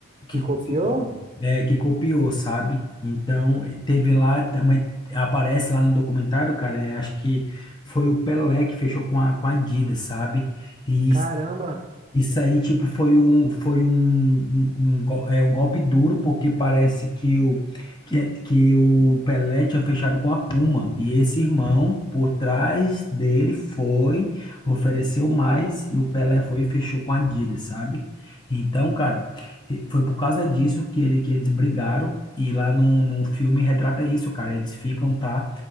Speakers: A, on the left; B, on the right.
A: que
B: que
A: conseguiu,
B: copiou?
A: é, que copiou, sabe? Então teve lá também aparece lá no documentário, cara. é, acho que foi o Pelé que fechou com a com a Adidas, sabe? E
B: Caramba!
A: isso aí, tipo, foi um, foi um, um, um go- é, um golpe duro, porque parece que o, que, que o Pelé tinha fechado com a Puma, e esse irmão, por trás dele, foi, ofereceu mais, e o Pelé foi e fechou com a Adidas, sabe? Então, cara, e foi por causa disso que, ele, que eles brigaram, e lá no, no filme retrata isso, cara, eles ficam, tá?